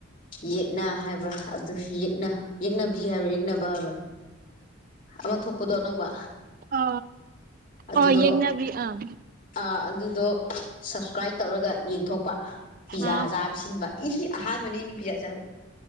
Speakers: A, on the left; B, on the right.
A: ꯌꯦꯛꯅ ꯍꯥꯏꯕ꯭ꯔꯥ ꯑꯗꯨ ꯌꯦꯛꯅ ꯌꯦꯛꯅꯕꯤ ꯍꯥꯏꯕ꯭ꯔꯥ ꯌꯦꯛꯅꯕ ꯍꯥꯏꯕ꯭ꯔꯥ ꯑꯃ ꯊꯣꯛꯄꯗꯣ ꯑꯅꯧꯕ
B: ꯑ
A: ꯑꯗꯨꯗꯣ
B: ꯑꯣ ꯌꯦꯡꯅꯕꯤ ꯑꯥ
A: ꯑꯥ ꯑꯗꯨꯗꯣ ꯁꯞꯁꯀ꯭ꯔꯥꯏꯞ ꯇꯧꯔꯒ ꯌꯦꯡꯊꯣꯛꯄ ꯄꯤꯖꯥ
B: ꯑꯥ
A: ꯆꯥꯕ ꯁꯤꯟꯕ ꯏꯁꯤ ꯍꯥ ꯃꯩꯅ ꯄꯥꯖ